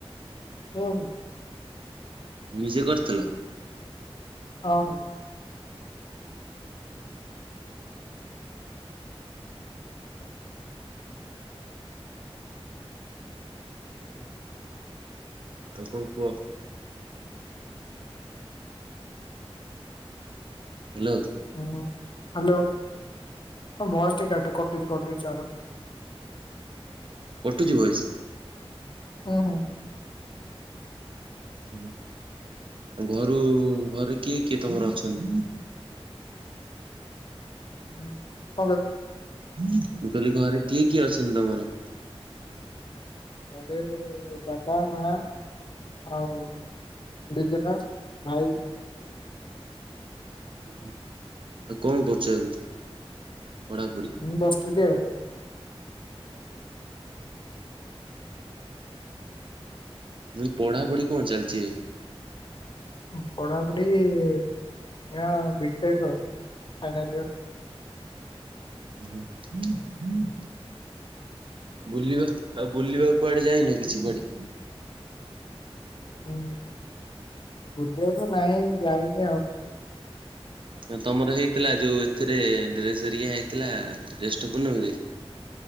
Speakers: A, on the left; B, on the right.
A: ହୁଁ-ହୁଁ।
B: ନିଜେ କରିଥିଲ?
A: ହଁ।
B: ଆଉ କଣ କୁହ? ହ୍ୟାଲୋ।
A: ହୁଁ ହ୍ୟାଲୋ ଭଏସ୍ ଟିକେ କାଟୁ କଟୁଛି କଟୁଛି ଆର।
B: କଟୁଚି ଭଏସ୍।
A: ହଁ, ହଁ।
B: <unintelligible> ଓ ଘରୁ ଘରେ କିଏ କିଏ ତୋମର ଅଛନ୍?
A: ଗୁଁ
B: ମୁଁ କହିଲି ଘରେ କିଏ କିଏ ଅଛନ୍ତି ତୋମର?
A: ଘରେ ବାପା, ମା ଆଉ ଜେଜେମା, ଭାଇ।
B: ଉଁ, ହୁଁ, ଆଉ କଣ କରୁଛ ଏବେ ପଢାପଢି?
A: ମୁଁ ବସିଥିଲି ଆଉ।
B: ନାଇ ପଢାପଢି କଣ ଚାଲିଚି ଏ?
A: ଓ ପଢ଼ାପୁଢ଼ି ଏଆ ବିଟେକ୍ ଫାଇନାଲିୟର୍।
B: ଉଁ, ହୁଁ। ବୁଲିବା ଆଉ ବୁଲିବା କୁଆଡେ ଯାଇନ କିଛି କୁଆଡେ?
A: ହୁଁ, ବୁଲିବାକୁ ନାଇଁ ଯାଇନି ଆଉ।
B: ତୋମର ହେଇଥିଲା ଯୋଉ ଏଥିରେ ଡ୍ରେସ୍ ହେରିକା ହେଇଥିଲା ଜ୍ୟେଷ୍ଠ ପୂର୍ଣ୍ଣମୀରେ?